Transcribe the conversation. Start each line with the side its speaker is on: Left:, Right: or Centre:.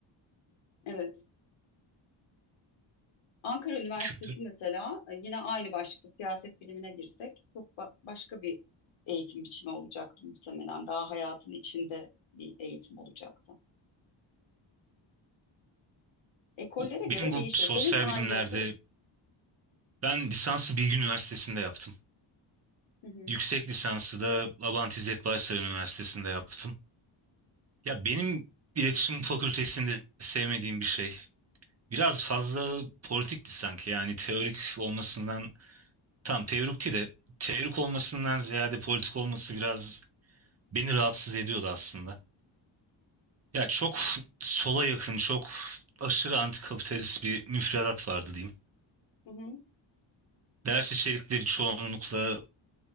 Left: Evet. Ankara Üniversitesi
Right: Kültür.
Left: mesela e, yine aynı başlıkta siyaset bilimine girsek çok ba- başka bir eğitim biçimi olacaktı muhtemelen. Daha hayatın içinde bir eğitim olacaktı. Ekollere
Right: Bu, benim
Left: göre
Right: bu
Left: değişiyor.
Right: sosyal
Left: Senin hangi
Right: bilimlerde
Left: okul?
Right: ben lisansı Bilgi Üniversitesi'nde yaptım.
Left: Hı hı.
Right: Yüksek lisansı da Abant İzzet Baysal Üniversitesi'nde yaptım. Ya benim iletişim fakültesinde sevmediğim bir şey. Biraz fazla politikti sanki yani teorik olmasından tam teorikti de teorik olmasından ziyade politik olması biraz beni rahatsız ediyordu aslında. Ya çok sola yakın, çok aşırı antikapitalist bir müfredat vardı diyeyim.
Left: Hı hı.
Right: Ders içerikleri çoğunlukla